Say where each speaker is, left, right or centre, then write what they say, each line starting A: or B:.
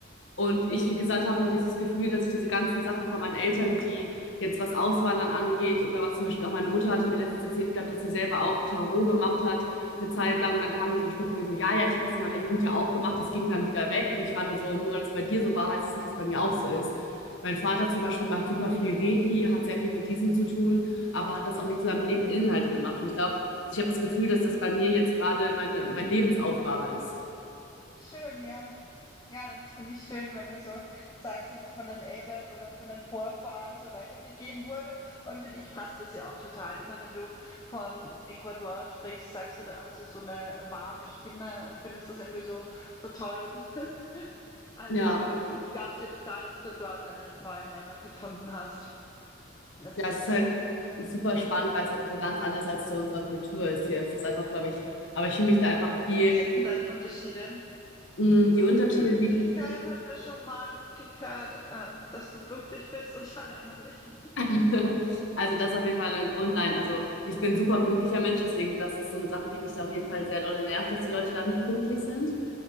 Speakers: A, on the left; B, on the left.
A: Und ich, wie gesagt, habe so dieses Gefühl, dass ich diese ganzen Sachen von meinen Eltern, die jetzt was Auswandern angeht oder was zum Beispiel auch meine Mutter hatte mir letztens erzählt gehabt, dass sie selber auch Tarot gemacht hat eine Zeit lang und dann kam nur so ein Spruch von mir so, ja, ja, ich habe das in meiner Jugend ja auch gemacht, das ging dann wieder weg und ich war nur so, nur weil es bei dir so war, heißt es nicht, dass es bei mir auch so ist. Mein Vater
B: Ja.
A: zum Beispiel macht super viel Reiki, hat sehr viel mit diesem zu tun, aber hat das auch nicht zu seinem Leben Inhalt gemacht. Und ich glaube, ich habe das Gefühl, dass das bei mir jetzt gerade meine, meine Lebensaufgabe ist.
B: Schön, ja. Ja, das finde ich schön, wenn du so sagst, dass es von den Eltern oder von den Vorfahren so weitergegeben wurde. Und für dich passt das ja auch total. Immer wenn du von Ecuador sprichst, sagst du, da hast du so eine warme Stimme und findest das irgendwie so, so toll. <laughs> Also
A: Ja,
B: ich, ich glaube dir total, dass du dort eine neue Heimat gefunden hast. Und Das
A: ja,
B: ist
A: es ist halt super
B: schön.
A: spannend, weil es halt so ganz anders als zu unserer Kultur ist hier. Es ist einfach, glaube ich, aber ich fühle mich da einfach viel,
B: Ja, was sind denn da die Unterschiede?
A: mh,
B: Also
A: die Unterschiede
B: Pünktlichkeit
A: liegen.
B: hatten wir schon mal, Pünktlichkeit, ähm, dass du pünktlich bist und <laughs> ja, die alle anderen nicht.
A: <laughs> Also das ist auf jeden Fall ein Grund. Nein, also ich bin ein super pünktlicher Mensch, deswegen das ist so eine Sache, die mich da auf jeden Fall sehr dolle nervt, dass die Leute da nicht pünktlich sind.